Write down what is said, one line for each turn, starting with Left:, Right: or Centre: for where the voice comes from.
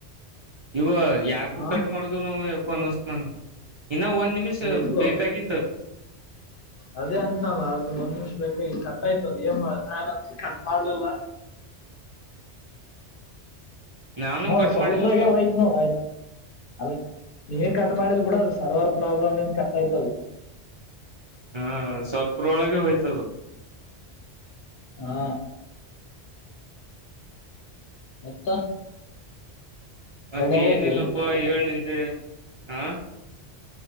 Right: ಇವ ಯಾಕ
Left: ಹಾ
Right: ಕಟ್ ಮಾಡುದು ಎಪ್ಪ <unintelligible> ಇನ್ನ ಒಂದ್ ನಿಮಿಷ್
Left: ಇಲ್ಲೋ
Right: ಬೇಕಾಗಿತ್ತು
Left: ಅದೇ ಅಂತನಲ್ಲ ಆದ್ರ ಒಂದ್ ನಿಮಿಷ ಬೇಕ ಈಗ ಕಟ್ <unintelligible> ಏನ್ ನಾನ್ಂತ ಕಟ್ ಮಾಡ್ಲಿಲ್ಲಾ
Right: ನಾನು
Left: ನೋಡ್
Right: ಕಟ್
Left: ಸ್ವಲ್ಪ್ರಾಗೆ
Right: ಮಾಡಿಲ್ಲಪ್ಪ
Left: ಆಯ್ತತ್ ನೋಡ ಆಯ್ತು ಅದ ನೀವೇ ಕಟ್ ಮಾಡಿದ ಬಿಡ ಅದು ಸರ್ವರ್ ಪ್ರಾಬ್ಲಮ್ ಇಂದ್ ಕಟ್ ಆಯ್ತದು
Right: ಹಾ ಸ್ವಲ್ಪರೊಳಗೆ ಹೋಯ್ತದು.
Left: ಹಾ ಮತ್ತ
Right: ಮತ್ತ್
Left: ರೆಡಿ ಆಗತಿ
Right: ಏನಿಲ್ಲಪ್ಪ ಏಳ್ ನಿಂದೆ ಹ